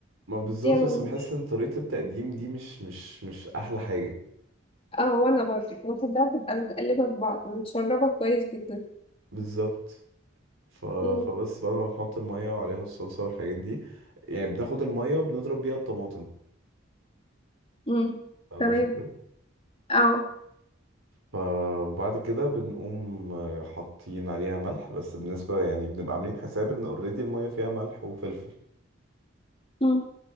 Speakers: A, on the right; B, on the left.
A: ما بالظبط
B: دي انا
A: بس بحس ان طريقة التقديم دي مش مش مش أحلى حاجة
B: اه وانا برضو بحبها تبقى متقلبة في بعض متشربة كويس جدا
A: بالظبط ف...
B: مم.
A: فبس بعد ما بنحط المية وعليها الصلصة والحاجات دي يعني بناخد المية بنضرب بيها الطماطم
B: مم.
A: فاهمة
B: تمام
A: الفكرة؟
B: اه
A: ف... وبعد كده بنقوم آه، حاطين عليها ملح بس بالنسبة يعني بنبقى عاملين حساب ان اوريدي المية فيها ملح وفلفل
B: مم.